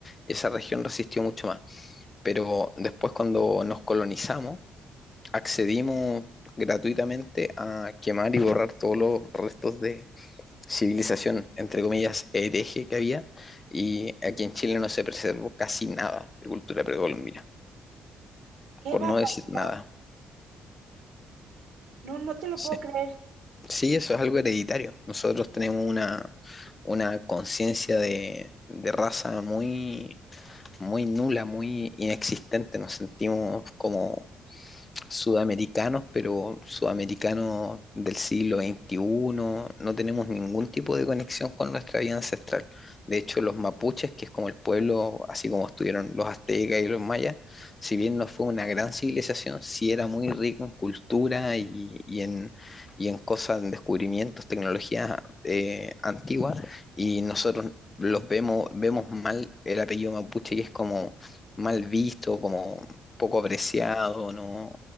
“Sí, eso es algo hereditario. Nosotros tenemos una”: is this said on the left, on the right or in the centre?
Left